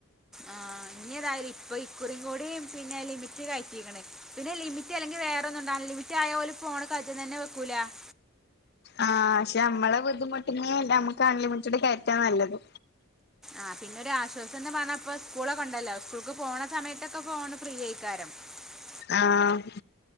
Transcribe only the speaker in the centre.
ആഹ് ഇങ്ങതായാലും ഇപ്പൊ ഇകുരികൂടിം പിന്നെ ലിമിറ്റ് കഴണ് പിന്നെ ലിമിറ്റ് അല്ലെങ്കിൽ വേറെ ഒന്നുംണ്ടാവല്ല ലിമിറ്റ് ആയ പോലും ഫോണ് കയറ്റ തന്നെ വെക്കൂല <inaudible>
ആഹ് പിന്നെ ഒരു ആശ്വാസം എന്ന് പറഞ്ഞാപ്പ സ്കൂളക്കോണ്ടല്ലോ സ്കൂൾക്ക് പോണ സമയത്തൊക്കെ ഫോണ് ഫ്രീ <unintelligible>